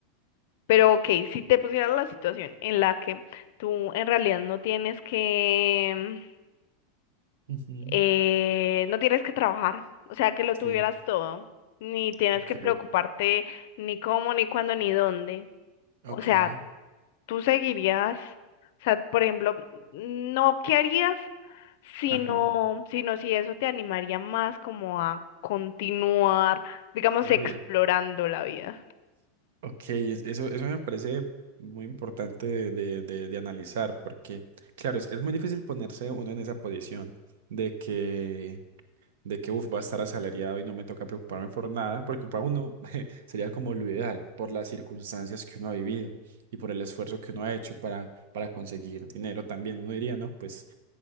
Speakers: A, on the left; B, on the right.
A: Pero ok, si te pusieras la situación en la que tú en realidad no tienes que,
B: Ujú.
A: eh, no tienes que trabajar, o sea, que lo
B: sí,
A: tuvieras todo, ni tienes
B: ok,
A: que preocuparte ni cómo, ni cuándo, ni dónde.
B: ok,
A: O sea, tú seguirías, o sea, por ejemplo, no qué harías, sino,
B: ajá,
A: sino si eso te animaría más como a continuar, digamos,
B: la
A: explorando
B: vida.
A: la vida.
B: Ok, es- eso, eso me parece muy importante de, de- de- de analizar porque, claro, es, es muy difícil ponerse uno en esa posición de que de que, uff, va a estar asalariado y no me toca preocuparme por nada, porque para uno <laughs> sería como lo ideal, por las circunstancias que uno ha vivido y por el esfuerzo que uno ha hecho para, para conseguir dinero también. Uno diría, no, pues